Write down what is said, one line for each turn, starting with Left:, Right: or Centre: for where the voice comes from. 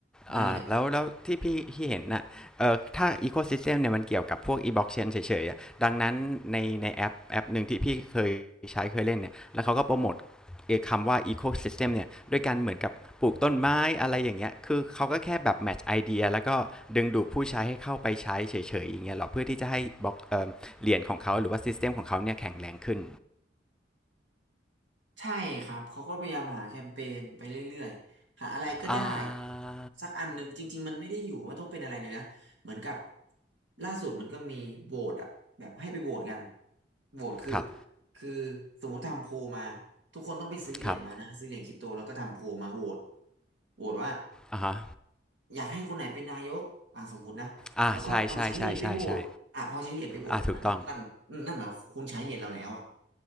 Right: นั่นแหละ
Centre: อ่าแล้วแล้วที่พี่ที่เห็นน่ะเออถ้า ecosystem เนี่ยมันเกี่ยวกับพวก e-blockchain เฉยๆอะดังนั้นในในแอปแอปหนึ่งที่พี่เคยใช้เคยเล่นเนี่ย แล้วเขาก็โปรโมทเอ่อคำว่า ecosystem เนี่ยด้วยการเหมือนกับปลูกต้นไม้อะไรอย่างเงี้ย คือเขาก็แค่แบบ match idea แล้วก็ดึงดูดผู้ใช้ให้เข้าไปใช้เฉยๆอย่างเงี้ยหรอเพื่อที่จะให้บล็อกเอ่อเหรียญของเขาหรือว่า system ของเขาเนี่ยแข็งแรงขึ้น
Right: ใช่ครับ เขาก็พยายามหาแคมเปญไปเรื่อยๆ หาอะไรก็ได้
Centre: อ่า
Right: สักอันหนึ่งจริงๆ มันไม่ได้อยู่ว่าต้องเป็นอะไรเลยนะเหมือนกับล่าสุดมันก็มีโหวตอะแบบให้ไปโหวตกันโหวตคือ
Centre: ครับ
Right: คือสมมติทำโพลมา ทุกคนต้องไปซื้อเหรียญมานะ
Centre: ครับ
Right: ซื้อเหรียญคริปโตแล้วก็ทำโพลมาโหวตโหวตว่า
Centre: อ่าฮะ
Right: อยากให้คนไหนเป็นนายกอ่าสมมุตินะแล้วก็เอาใช้เหรียญไปโหวตอ่าพอใช้เหรียญไปโหวตนั้นนั่นนั่นหมายความคุณใช้เหรียญเราแล้วอ่ะ
Centre: อ่าใช่ใช่ใช่ใช่ใช่อ่าถูกต้อง